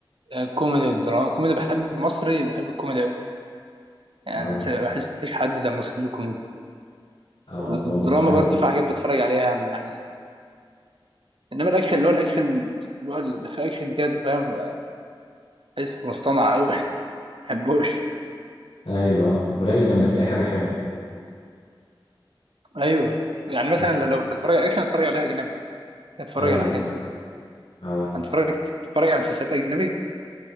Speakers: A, on the right (about 70°); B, on the left (about 85°).
A: آه، كوميدي والدراما كوميدي بحب المصري بحب الكوميدي أوي يعني
B: اه
A: بحس مفيش حد زي المصري في الكوميدي
B: اه
A: والدراما
B: هو فعلا
A: برضه في حاجات بتفرج عليها يعني انما الاكشن اللي هو الاكشن بقى اللي في اكشن كده انت فاهم بحس مصطنع قوي <laughs> ما بحبوش
B: ايوه قليل لما تلاقي حاجه حلوه
A: ايوه يعني مثلا
B: تحس
A: لو لو بتتفرج على اكشن اتفرج على اجنبي اتفرج
B: ايوه
A: على حاجات
B: اه
A: اتفرج اتفرج على مسلسلات اجنبي